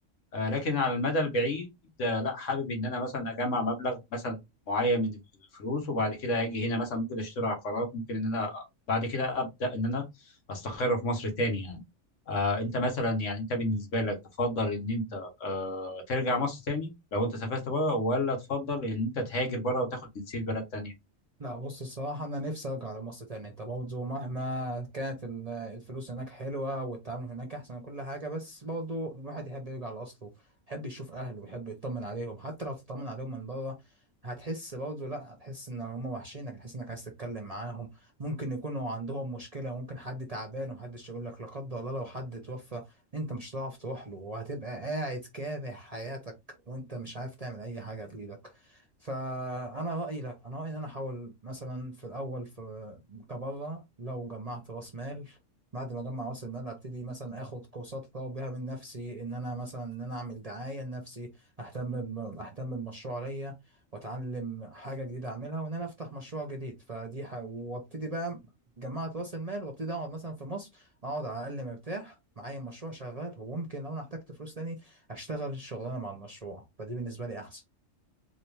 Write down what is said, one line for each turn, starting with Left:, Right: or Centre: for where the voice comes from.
Left: آه، لكن على المدى البعيد آه، لا حابب ان انا مثلا اجمع مبلغ مثلا معين من الفلوس وبعد كده اجي هنا مثلا ممكن اشتري عقارات ممكن ان انا بعد كده ابدا ان انا استقر في مصر تاني يعني آه انت مثلا يعني انت بالنسبه لك تفضل ان انت آه ترجع مصر تاني لو انت سافرت بره ولا تفضل ان انت تهاجر بره وتاخد جنسيه بلد تانية
Right: لا بص الصراحة أنا نفسي أرجع لمصر تاني أنت برضه مهما كانت ال- الفلوس هناك حلوة والتعامل هناك أحسن وكل حاجة بس برضه الواحد يحب يرجع لأصله يحب يشوف أهله ويحب يطمن عليهم حتى لو تطمن عليهم من بره هتحس برضه لأ هتحس إن هم وحشينك هتحس إنك عايز تتكلم معاهم ممكن يكونوا عندهم مشكلة ممكن حد تعبان ومحدش يقول لك لا قدر الله لو حد توفى أنت مش هتعرف تروح له وهتبقى قاعد كاره حياتك وأنت مش عارف تعمل أي حاجة بإيدك فانا رايي لا انا رايي ان انا احاول مثلا في الاول في كبره لو جمعت راس مال بعد ما اجمع راس المال ابتدي مثلا اخد كورسات اطور بيها من نفسي ان انا مثلا ان انا اعمل دعايه لنفسي اهتم ب- اهتم بمشروع ليا واتعلم حاجه جديده اعملها وان انا افتح مشروع جديد فدي ح... وابتدي بقى جمعت راس المال وابتدي اقعد مثلا في مصر اقعد على الاقل مرتاح معايا مشروع شغال وممكن لو انا احتجت فلوس تاني اشتغل الشغلانه مع المشروع فدي بالنسبه لي احسن